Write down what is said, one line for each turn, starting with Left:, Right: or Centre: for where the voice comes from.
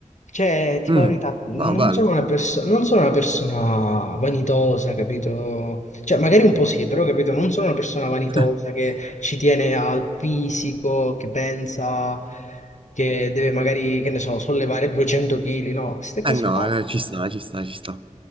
Left: Cioè, tipo
Right: Mm,
Left: la verità, non
Right: no, bello.
Left: sono una persona, non sono una persona vanitosa, capito? Cioè, magari un po' sì, però, capito, non sono una persona vanitosa
Right: <laughs>
Left: che ci tiene al fisico, che pensa che deve magari, che ne so, sollevare 200 kg, no, queste cose
Right: Eh no,
Left: no.
Right: eh, ci sta, ci sta, ci sta.